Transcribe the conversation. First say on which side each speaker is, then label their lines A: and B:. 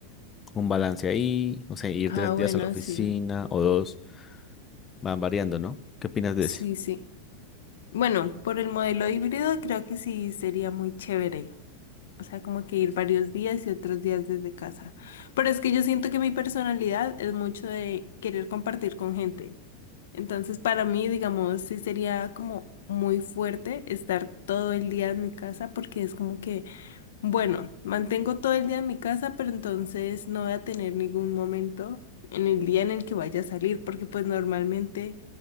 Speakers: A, on the left; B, on the left.
A: un balance ahí, o sea, ir
B: Ah,
A: tres
B: bueno,
A: días a la oficina
B: sí,
A: o dos, van variando, ¿no? ¿Qué opinas de
B: sí,
A: ese?
B: sí. Bueno, por el modelo híbrido creo que sí sería muy chévere. O sea, como que ir varios días y otros días desde casa. Pero es que yo siento que mi personalidad es mucho de querer compartir con gente. Entonces, para mí, digamos, sí sería como muy fuerte estar todo el día en mi casa porque es como que bueno, mantengo todo el día en mi casa, pero entonces no voy a tener ningún momento en el día en el que vaya a salir, porque pues normalmente